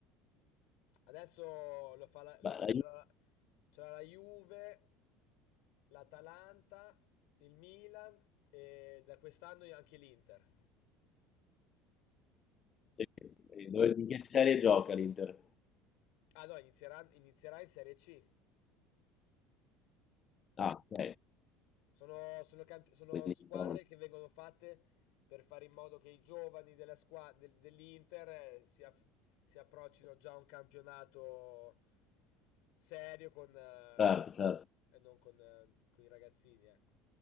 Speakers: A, on the left (about 75°); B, on the left (about 25°).
A: Adesso lo fa la, lo-
B: Beh,
A: c'è
B: la
A: c'è
B: Juve-
A: la, c'è la Juve, l'Atalanta, il Milan e da quest'anno anche l'Inter.
B: eh, dove- in che serie gioca l'Inter?
A: Ah no, inizierà, inizierà in Serie C.
B: Ah, ok,
A: Sono, sono camp- sono
B: quindi
A: squadre
B: però,
A: che vengono fatte per fare in modo che i giovani della squa- del- dell'Inter eh, si, aff- si approccino già a un campionato serio con, eh,
B: certo, certo.
A: e non con, eh, con i ragazzini, ecco.